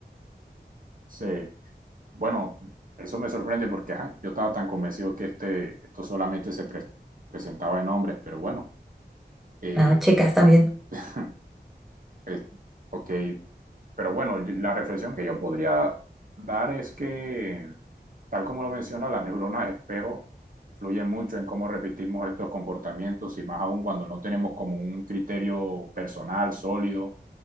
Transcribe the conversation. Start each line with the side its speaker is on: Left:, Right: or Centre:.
Right: Sí, Bueno, eso me sorprende porque ajá, yo estaba tan convencido que este, esto solamente se pre- presentaba en hombres, pero bueno, eh,
Centre: No, chicas también.
Right: <laughs> eh, ok, pero bueno, la reflexión que yo podría dar es que, tal como lo menciona, las neuronas espejo influyen mucho en cómo repetimos estos comportamientos y más aún cuando no tenemos como un criterio personal sólido,